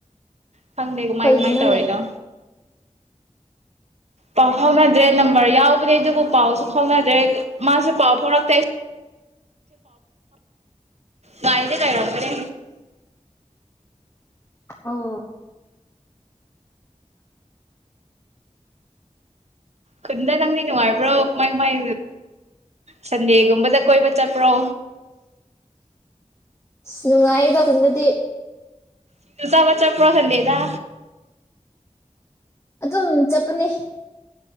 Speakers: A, on the right; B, on the left.
A: ꯈꯪꯗꯦ ꯀꯃꯥꯏ
B: ꯀꯩꯒꯤꯅꯣꯅꯦ
A: ꯀꯃꯥꯏ ꯇꯧꯔꯤꯅꯣ ꯄꯥꯎ ꯐꯥꯎꯅꯗ꯭ꯔꯦ ꯅꯝꯕꯔ ꯌꯥꯎꯕꯅꯦ ꯑꯗꯨꯕꯨ ꯄꯥꯎꯁꯨ ꯐꯥꯎꯅꯗ꯭ꯔꯦ ꯃꯥꯁꯨ ꯄꯥꯎ ꯐꯥꯎꯔꯛꯇꯦꯥꯎ ꯉꯥꯏꯗꯤ ꯀꯩꯔꯝꯒꯅꯤ
B: ꯑꯣ
A: ꯈꯨꯟꯗ ꯅꯪꯗꯤ ꯅꯨꯡꯉꯥꯏꯕ꯭ꯔꯣ ꯀꯃꯥꯏ ꯀꯃꯥꯏ ꯁꯟꯗꯦꯒꯨꯝꯕꯗ ꯀꯣꯏꯕ ꯆꯠꯄ꯭ꯔꯣ
B: ꯑ ꯅꯨꯡꯉꯥꯏꯌꯦꯗ ꯈꯄꯟꯗꯗꯤ
A: ꯁꯤꯡꯖꯨ ꯆꯥꯕ ꯆꯠꯄ꯭ꯔꯣ ꯁꯟꯗꯦꯗ
B: <inaudible> ꯆꯠꯄꯅꯤ꯫